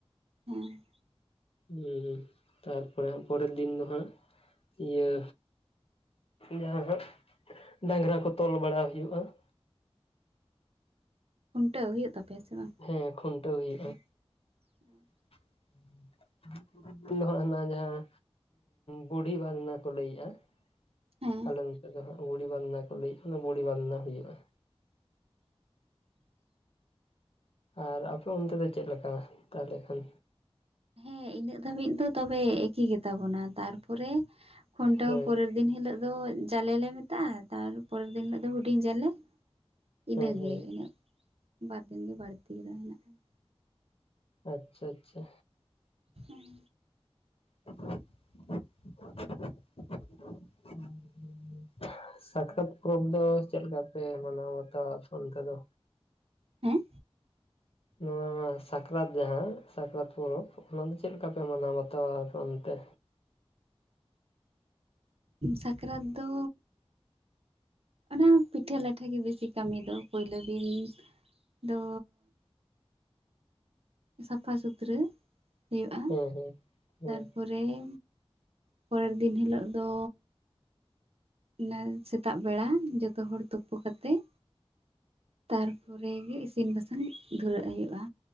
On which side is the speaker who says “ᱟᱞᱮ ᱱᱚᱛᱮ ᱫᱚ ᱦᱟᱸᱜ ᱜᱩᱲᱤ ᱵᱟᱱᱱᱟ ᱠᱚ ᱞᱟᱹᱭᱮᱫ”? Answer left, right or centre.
Left